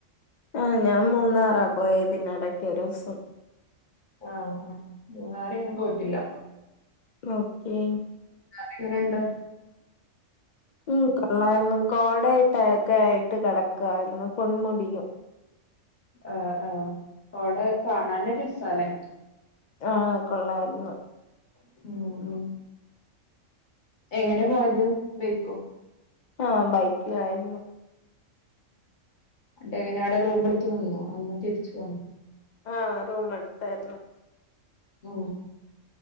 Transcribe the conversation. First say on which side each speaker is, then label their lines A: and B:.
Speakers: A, on the left; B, on the left.
A: ആ ഞാൻ മൂന്നാറാ പോയതിനിടക്ക് ഒരു ദിവസം
B: ആഹ വയനാട് ഞാൻ പോയിട്ടില്ല
A: ഓക്കേ
B: അങ്ങനെണ്ട്
A: ഉം കൊള്ളായിരുന്നു കോടായിട്ട് ഒക്കെ ആയിട്ട് കിടക്കായിരുന്നു പൊൺമുടിയും
B: ആ ആ അവിടെ കാണാനൊരു സ്ഥലം
A: ആഹ കൊള്ളായിരുന്നു
B: ഉം ഉ എങ്ങനെ പോയത് ബൈക്കോ
A: ആ ബൈക്കിലായിരുന്നു
B: എങ്ങനെ അവിടെ റൂം എടുത്ത്നിന്നോ അന്ന് തിരിച്ചു പോന്നോ
A: ആ റൂം എടുത്തായിരുന്നു
B: ഓ